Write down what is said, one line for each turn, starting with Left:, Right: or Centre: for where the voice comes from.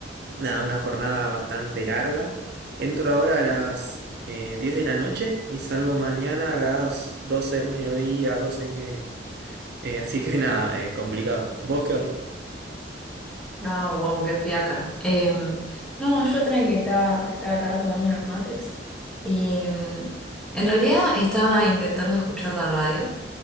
Right: nada, una jornada bastante larga. Entro ahora a las eh, 10 de la noche y salgo mañana a las 12 del mediodía, 12 y media. Eh, así que <laughs> nada, eh, complicado. ¿Vos qué onda?
Centre: Ah, wow, qué fiaca. Em, no, yo tranqui, estaba, estaba acá tomando unos mates y mm, en realidad estaba intentando escuchar la radio,